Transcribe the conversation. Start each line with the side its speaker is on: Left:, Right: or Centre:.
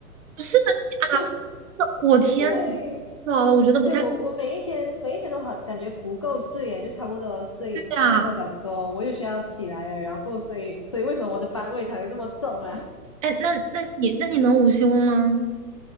Right: 不是啊，
Left: <laughs> 就
Right: 这我天，
Left: 对。
Right: 早了，我觉得不太
Left: 所以我我每一天每一天都好感觉不够睡耶，就差不多睡四个小时多，
Right: 对啊。
Left: 我又需要起来了，然后够睡，所以为什么我的班味才会这么重啊？
Right: 哎，那那你那你能午休吗？